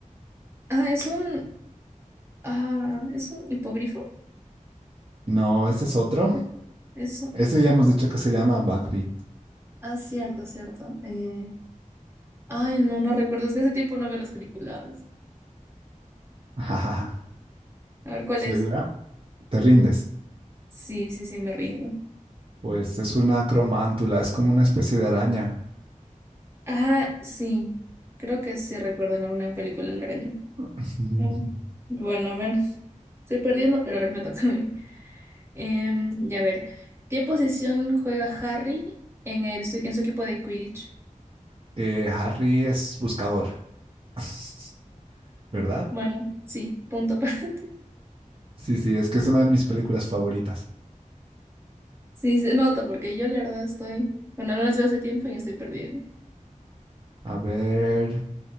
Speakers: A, on the right (about 20°); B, on the right (about 40°).
A: Ah, es un, ah, es un hipogrifo.
B: No, ese es otro.
A: Es, es un-
B: Ese ya hemos dicho que se llama Buckbeak.
A: ah, cierto, cierto. Eh, ay, no, no recuerdo, es que hace tiempo no veo las películas.
B: Ajajaja.
A: A
B: <laughs>
A: ver, ¿cuál
B: ¿Segura?
A: es?
B: ¿Te rindes?
A: Sí, sí, sí, me rindo.
B: Pues es una cromántula, es como una especie de araña.
A: Ah, sí, creo que sí recuerdo en alguna película la araña.
B: <laughs>
A: Ah, Bueno, a ver, estoy perdiendo, pero a ver, me toca a mí. Em, ya a ver, ¿qué posición juega Harry en el, su- en su equipo de Quidditch?
B: Eh, Harry es buscador, <laughs> ¿verdad?
A: Bueno, sí, punto <laughs> para ti.
B: Sí, sí, es que es una de mis películas favoritas.
A: Sí, se nota porque yo la verdad estoy, bueno, no las veo hace tiempo y estoy perdiendo.
B: A ver,